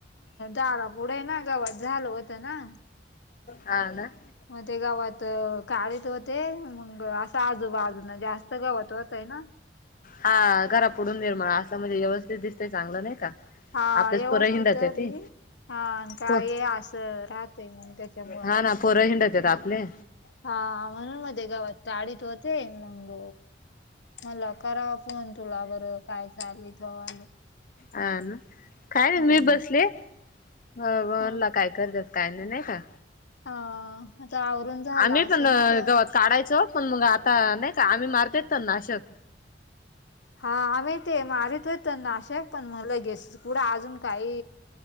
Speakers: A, on the left; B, on the left.
A: दारा पुुढें ना गवत झालं होतं ना.
B: हा ना.
A: मग ते गवात काढीत होते मंग असं आजूबाजूनना जास्त.. गवात होता आहे ना.
B: हा घरा पुुढून निर्मळ असं म्हणजे व्यवस्थित दिसतय चांगलं नाही का.
A: हा
B: आपल्याच
A: व्यवस्थित
B: पोर हिडात आहे ते.
A: बी हा काय
B: पो
A: असं राहतय मग त्याच्यामुळ
B: हा
A: मग
B: ना पोर हिंडता आपले
A: हा म्हणून म ते गावात काडीत होते मंग मग करावा फोन तुला बरं काय चालू तूवालं.
B: अ ना काय नाही
A: हम्म
B: मी बसले म्हणला
A: हा
B: काय करत. काही नाही नाही का
A: हा आता आवरून झाला
B: आम्ही
A: असेल
B: पण
A: ना तो आज
B: गवत काढायचो. पण मग आता नाही का आम्ही मारत नाशक
A: हा आम्ही ते मारत नाशे पण मग लगेच कुढं अजून काही.